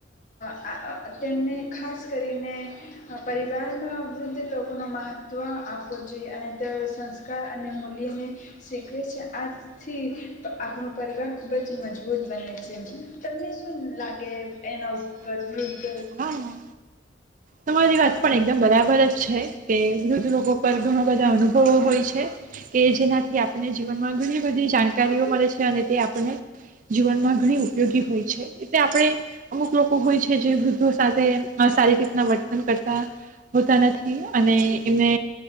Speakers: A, on the left; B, on the right.
A: આ તેમને ખાસ કરીને પરિવારમાં વૃદ્ધ લોકોનો મહત્ત્વ આપવો જોઈએ અને તે સંસ્કાર અને મૂલ્યને શીખવે છે આથી આપણો પરિવાર ખૂબ જ મજબૂત બને છે તમને શું લાગે એનો પરવૃદધ
B: હા તમારી વાત પણ એકદમ બરાબર જ છે કે વૃદ્ધ લોકો પર ઘણા બધા અનુભવો હોય છે કે જેનાથી આપને જીવનમાં ઘણી બધી જાણકારીઓ મળે છે અને તે આપને જીવનમાં ઘણી ઉપયોગી હોય છે એટલે આપણે અમુક લોકો હોય છે. કે જે સાથે સારી રીતના વર્તન કરતા હોતા નથી અને એમને